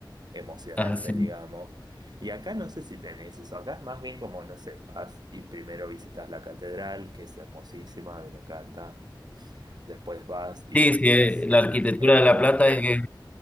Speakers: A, on the right; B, on the left.
A: emocionantes,
B: Ah, sí.
A: digamos. Y acá no sé si tenés eso, acá es más bien como, no sé, vas y primero visitas la catedral, que es hermosísima, a mí me encanta. Después vas y
B: Sí,
A: visitas
B: sí, eh, la arquitectura
A: el
B: de
A: bosque.
B: La Plata es que...